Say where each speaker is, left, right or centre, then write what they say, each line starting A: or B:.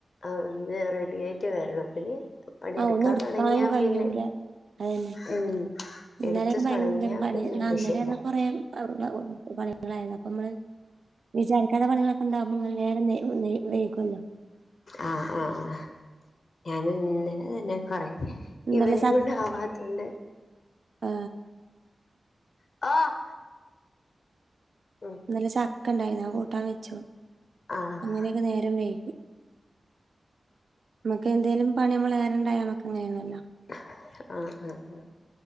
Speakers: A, on the left; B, on the right.
A: ആ, ഒന്ന് റെഡി ആയിട്ട് വരണം. പിന്നെ പണിയെടുക്കാൻ
B: ആ, ഒന്നും എടുക്കാനും
A: തുടങ്ങിയാ
B: കഴൂല.
A: പിന്നെ
B: അതന്നെ,
A: ഉം
B: ഇന്നലെയൊക്കെ
A: എടുത്ത്
B: ഭയങ്കര
A: തുടങ്ങിയാ
B: പണിയെന്നും,
A: പിന്നെ
B: അ
A: ലക്ഷ്യല്ല
B: ഇന്നലെ ഞ്ഞങ്ങൾ കൊറെ <unintelligible> പണികളായത് അപ്പോ നമ്മൾ വിചാരിക്കാത്ത പണികളോ ഇണ്ടാവുമ്പോൾ നേരം വെകോലോ
A: ആ, ആ, ആ, ഞാൻ ഇന്നലെ തന്നെ കൊറെ
B: ഇന്നലെ
A: ഇവരേം
B: ച
A: കൊണ്ട് അവതോണ്ട്.
B: ആ
A: ആ. ഉം.
B: ഇന്നലെ ചക്ക ഉണ്ടയിനു അത് കൂട്ടാൻ വെച്ചു.
A: ആഹ്
B: അങ്ങനെയൊക്കെ നേരം വൈകി. നമ്മുക്ക് എന്തേലും പണി, മ്മളെ ഏറെഉണ്ടായാൽ നമ്മക് അങ്ങനെ ആണല്ലോ.
A: ഹ് ആ, ആ, ആ.